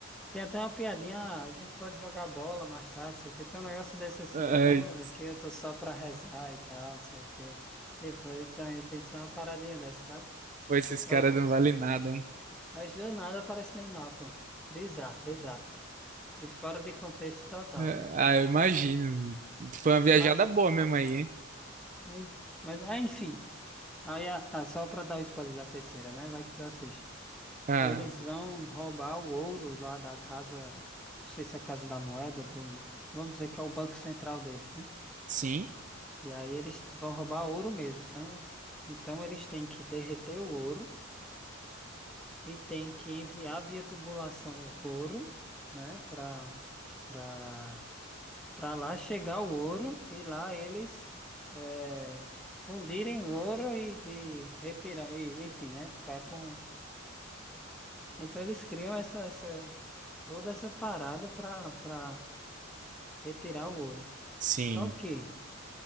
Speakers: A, in the centre; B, on the right.
A: tem até uma piadinha, "Ah, a gente pode jogar bola mais tarde, não sei o quê. Tem um negócio desse assim,
B: Ai.
A: ele, não, é que eu tô só pra rezar e tal, não sei o quê. Tipo, ele tem, tem só uma paradinha dessa, sabe?
B: Pô, esses
A: Mas,
B: caras não valem nada, hein?
A: mas do nada aparece Neymar, pô. Bizarro, bizarro. Se fora de contexto total.
B: É, Ah, eu imagino. Foi uma viajada
A: Mas,
B: boa mesmo aí, hein?
A: mas, mas, ah, enfim. Aí, a- a- só pra dar o spoiler da terceira, né? Vai que tu assiste.
B: Ah,
A: Eles vão roubar o ouro lá da casa, não sei se é a casa da moeda, do, vamos dizer que é o banco central deles, né?
B: sim,
A: E aí eles vão roubar ouro mesmo, sabe? Então eles têm que derreter o ouro e têm que enviar via tubulação o ouro, né? Pra, pra, pra lá chegar o ouro e lá eles eh, fundirem o ouro e, e retirar, e, enfim, né? Ficar com Então eles criam essa, essa toda essa parada para para retirar o ouro.
B: sim.
A: Só que